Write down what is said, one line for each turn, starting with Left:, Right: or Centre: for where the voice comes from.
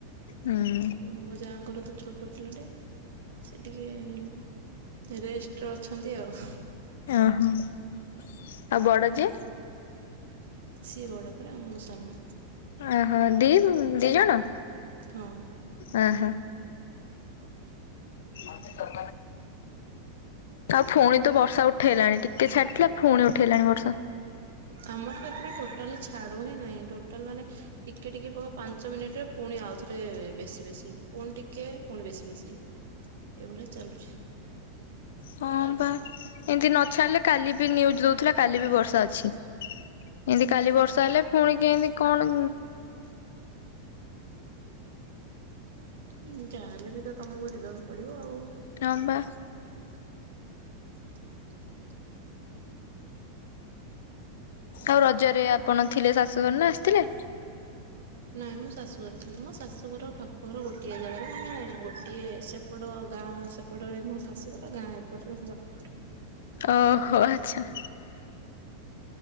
Left: ହୁଁ
Right: ଆଉ ମୋ ଯାଙ୍କର ତ ଛୋଟ ପିଲାଟେ। ସେ ଟିକିଏ ରେଷ୍ଟ ରେ ଅଛନ୍ତି ଆଉ।
Left: ଓ ହଁ, ଆଉ ବଡ ଯେ?
Right: ସିଏ ବଡ ପରା ଆଉ ମୁଁ ସାନ।
Left: ଓହୋ ଦି ଦି ଜଣ।
Right: ହଁ।
Left: ଓହୋ। ଆଉ ପୁଣି ତ ବର୍ଷା ଉଠେଇଲାଣି। ଟିକେ ଛାଡିଥିଲା ପୁଣି ଉଠେଇଲାଣି ବର୍ଷା।
Right: ଆମର ତ ଏପଟେ ଟୋଟାଲି ଛାଡୁ ହିଁ ନାହିଁ। ଟୋଟାଲ ମାନେ ଟିକେ ଟିକେ କମ୍ ପାଞ୍ଚ ମିନିଟରେ ପୁଣି ଆଉ ଥରେ ବେଶୀ ବେଶୀ। ପୁଣି ଟିକେ ପୁଣି ବେଶୀ ବେଶୀ ଏଇଭଳିଆ ଚାଲୁଛି।
Left: ହଁ ବା ଏମତି ନ ଛାଡିଲେ କାଲି ବି ନିୟୁଜ ଦଉଥିଲା କାଲି ବି ବର୍ଷା ଅଛି। ଏମିତି କାଲି ବର୍ଷା ହେଲେ ପୁଣି କେମିତି କଣ
Right: ହୁଁ, ଯାହେଲେ ବି ସେ ତମକୁ ଯିବାକୁ ପଡିବ ଆଉ।
Left: ହ ବା।
Right: <unintelligible>
Left: ଆଉ ରଜରେ ଆପଣ ଥିଲେ ଶାଶୁଘର ନା ଆସିଥିଲେ?
Right: ନାଇଁ ମୁଁ ଶାଶୁଘରେ ଥିଲି। ମୋ ଶାଶୁଘର ବାପଘର ଗୋଟିଏ ଜାଗାରେ ମାନେ ଗୋଟିଏ ସେ ଏପଟ ଗାଁ ସେପଟରେ ମୋ ଶାଶୁଘର ଗାଁ ଏପଟରେ ମୋ ବାପଘର।
Left: ଓହୋ, ଆଚ୍ଛା।